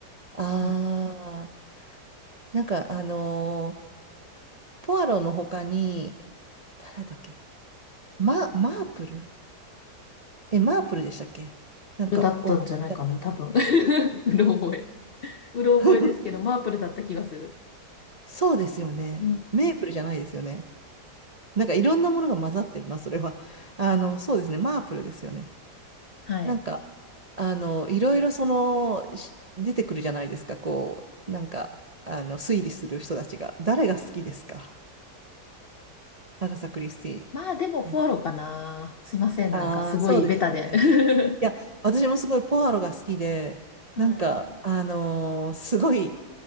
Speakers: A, on the right; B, on the left.
A: あー、
B: うん
A: なんかあのーポアロの他に、誰だっけマ、マープルえ、マープルでしたっけなんか、
B: プルだったんじゃないかな、
A: おばあちゃん。
B: 多分。<laughs> うろ覚え。うろ覚えですけど、
A: <laughs>
B: マープルだった気がする。
A: そうですよね。
B: うん。
A: メープルじゃないですよね。なんかいろんなものが混ざってるな、それは。あの、そうですね。マープルですよね。
B: はい。
A: なんか、あの、いろいろその、し出てくるじゃないですか、こう、なんか、あの、推理する人たちが。誰が好きですかアガサ・クリスティー
B: まあでも、ポアロかな。
A: ン。
B: すいません。
A: ああ、
B: なんかすごいベタで。
A: そうですよね。
B: <laughs>
A: いや、私もすごいポアロが好きで、
B: はい。
A: なんか、あのーすごい、